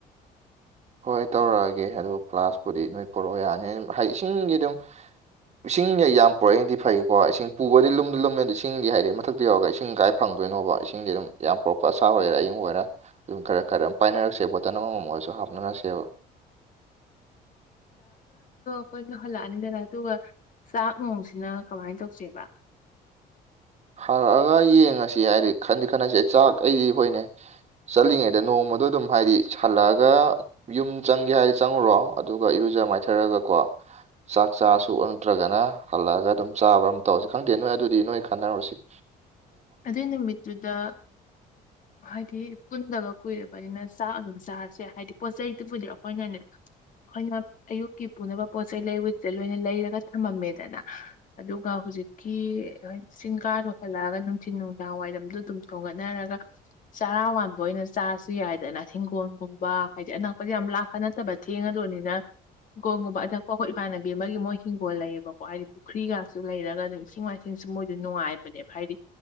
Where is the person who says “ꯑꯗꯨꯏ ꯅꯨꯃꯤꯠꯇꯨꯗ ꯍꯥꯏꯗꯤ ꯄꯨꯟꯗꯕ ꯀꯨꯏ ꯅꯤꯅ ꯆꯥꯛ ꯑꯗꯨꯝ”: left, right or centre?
Left